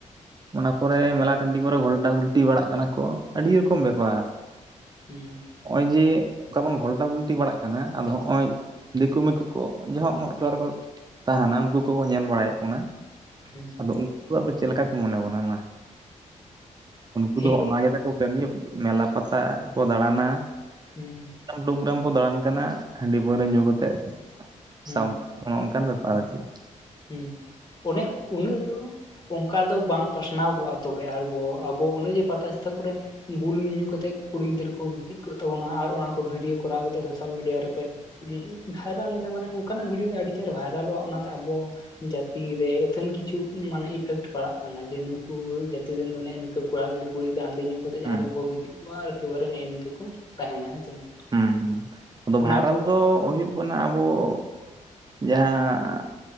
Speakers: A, on the right; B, on the left.
A: ᱚᱱᱟ ᱠᱚᱨᱮ ᱢᱮᱞᱟ ᱴᱟᱺᱰᱤ ᱠᱚᱨᱮ ᱜᱷᱚᱞᱴᱟ ᱜᱷᱩᱞᱴᱤ ᱵᱟᱲᱟᱜ ᱠᱟᱱᱟ ᱠᱚ ᱟᱹᱰᱤ ᱨᱚᱠᱚᱢ ᱵᱮᱯᱟᱨ᱾
B: ᱦᱮᱸ
A: ᱦᱚᱸᱜᱼᱚᱭ ᱡᱮ ᱚᱠᱟᱵᱚᱱ ᱜᱷᱚᱞᱴᱟ ᱜᱷᱩᱞ ᱴᱤ ᱵᱟᱲᱟᱜ ᱠᱟᱱᱟ ᱟᱫᱚ ᱦᱚᱸᱜᱼᱚᱭ ᱫᱮᱠᱳ ᱢᱮᱠᱳ ᱠᱚ ᱡᱚᱸᱦᱚᱜ <inaudible> ᱛᱟᱦᱟᱱᱟ ᱩᱱᱠᱩ ᱠᱚᱠᱚ ᱧᱮᱞ ᱵᱟᱲᱟᱭᱮᱫ ᱵᱚᱱᱟ᱾
B: ᱚᱸᱻ
A: ᱟᱫᱚ ᱩᱱᱠᱩᱣᱟᱜ ᱫᱚ ᱪᱮᱫ ᱞᱮᱠᱟ ᱠᱚ ᱢᱚᱱᱮ ᱵᱚᱱᱟ ᱢᱟᱦ ᱩᱱᱠᱩ
B: ᱦᱮᱸ
A: ᱫᱚ ᱦᱚᱜᱼᱱᱟ ᱜᱮ ᱛᱟᱠᱚ ᱠᱟᱹᱢᱤ <unintelligible> ᱢᱮᱞᱟ ᱯᱟᱛᱟ ᱠᱚ ᱫᱟᱬᱟᱱᱟ ᱾
B: ᱦᱩᱸ ᱾
A: <unintelligible> ᱠᱚ ᱫᱟᱬᱟᱱ ᱠᱟᱱᱟ ᱦᱟᱺᱰᱤ ᱯᱟᱹᱣᱨᱟᱹ ᱧᱩ ᱠᱟᱛᱮᱫ
B: ᱦᱩᱸ
A: ᱥᱟᱶᱼᱼ ᱚᱱᱮ ᱚᱱᱠᱟᱱ ᱵᱮᱯᱟᱨ ᱟᱨᱠᱤ ᱾
B: ᱦᱩᱸ ᱚᱱᱮ ᱩᱱᱟᱹᱜ ᱫᱚ ᱼᱼ ᱚᱝᱠᱟ ᱫᱚ ᱵᱟᱝ ᱯᱟᱥᱱᱟᱣ ᱠᱚᱜᱼᱟ ᱛᱚᱵᱮ, ᱟᱨᱵᱚ ᱟᱵᱚ ᱚᱱᱮ ᱡᱮ ᱯᱟᱛᱟ ᱪᱷᱟᱛᱟ ᱠᱚᱨᱮ ᱼᱼ ᱵᱩᱞ ᱧᱩ ᱠᱟᱛᱮᱫ ᱠᱩᱲᱤ ᱜᱤᱫᱽᱨᱟᱹ ᱠᱚ ᱜᱤᱛᱤᱡ ᱠᱚᱜ ᱛᱟᱵᱚᱱᱟ ᱟᱨ ᱚᱱᱟᱠᱚ ᱵᱷᱤᱰᱭᱳ ᱠᱚᱨᱟᱣ ᱠᱟᱛᱮ ᱥᱳᱥᱟᱞ ᱢᱤᱰᱤᱭᱟ ᱨᱮᱼᱼ ᱵᱷᱟᱭᱨᱟᱞ ᱮᱫᱟ ᱢᱟᱱᱮ ᱚᱱᱠᱟᱱᱟᱜ ᱵᱷᱤᱰᱭᱳ ᱫᱚ ᱟᱹᱰᱤ ᱪᱮᱦᱨᱟ ᱵᱷᱟᱭᱨᱟᱞᱚᱜᱼᱟ ᱚᱱᱟᱛᱮ ᱟᱵᱚ ᱼᱼ ᱡᱟᱹᱛᱤ ᱨᱮ ᱟᱹᱛᱷᱟᱹᱱ ᱠᱤᱪᱷᱩ ᱢᱟᱱᱮ ᱤᱯᱷᱮᱠᱴ ᱯᱟᱲᱟᱜ ᱠᱟᱱᱟ ᱡᱮ ᱱᱩᱠᱩ ᱼᱼ ᱛᱤ ᱨᱮᱱ ᱫᱚ ᱱᱮᱜᱼᱮ ᱱᱤᱝᱠᱟᱹ ᱠᱚᱲᱟ ᱜᱤᱫᱽᱨᱟᱹ ᱠᱩᱲᱤ ᱜᱤᱫᱽᱨᱟᱹ ᱦᱟᱹᱰᱤ ᱧᱩ ᱼᱼ ᱠᱟᱛᱮᱫ
A: ᱦᱩᱸ
B: ᱡᱟᱦᱟᱸ ᱨᱮᱜᱮ ᱠᱚ ᱜᱤᱛᱤᱡ ᱠᱚᱜᱼᱟ ᱮᱠᱮᱵᱟᱨᱮ ᱱᱮᱜᱼᱮ ᱱᱤᱝᱠᱟᱹ ᱠᱚ ᱛᱟᱦᱮᱱᱟ ᱦᱮᱸ ᱥᱮ ᱵᱟᱝ᱾
A: ᱦᱩᱸ ᱦᱩᱸ ᱟᱫᱚ
B: ᱚᱱᱟ
A: ᱵᱷᱟᱭᱨᱟᱞ
B: ᱠᱚ
A: ᱫᱚ ᱦᱩᱭᱩᱜ ᱠᱟᱱᱟ ᱟᱵᱚ ᱼᱼ ᱡᱟᱦᱟᱸᱻ